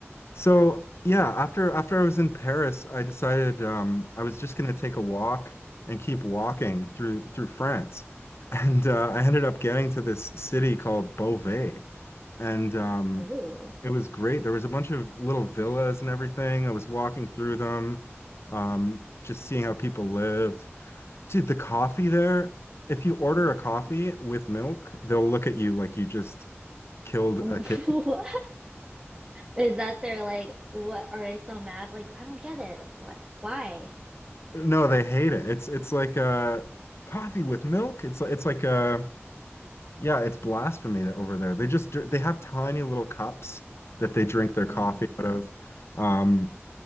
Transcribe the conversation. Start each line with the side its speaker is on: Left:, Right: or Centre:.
Left: So yeah, after after I was in Paris, I decided um, I was just going to take a walk and keep walking through through France, <laughs> and uh, I ended up getting to this city called Beauvais, and um,
Right: Ooh,
Left: it was great. There was a bunch of little villas and everything. I was walking through them, um, just seeing how people lived. Dude, the coffee there, if you order
Right: wow.
Left: a coffee with milk, they'll look at you like you just killed
Right: <laughs>
Left: a kid.
Right: What? Is that they're like, what are they so mad? Like, I don't get it. What? Why?
Left: No, they hate it. It's it's like uh coffee with milk. It's like it's like uh yeah, it's blasphemy that over there. They just dr- they have tiny little cups that they drink their
Right: Mm.
Left: coffee out of. Um